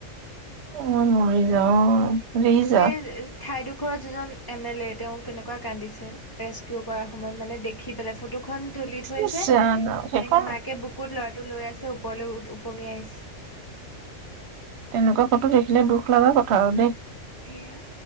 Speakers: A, on the right; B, on the left.
A: অই মৰি যাওঁ। ৰিজা
B: গোটেই ঠাইডোখৰৰ যিজন এম এল এ তেওঁ কেনেকুৱা কান্দিছে ৰেস্কিউ কৰাৰ সময়ত মানে দেখি পেলে ফটো খন তুলি থৈছে,
A: ইচ ৰাম সেইখন
B: এনেকে মাকে বুকুত ল'ৰাটো লৈ আছে ওপৰলৈ ওপঙি আহিছে।
A: তেনেকুৱা ফটো দেখিলে দুখ লগা কথা আৰু দেই।
B: সেয়া।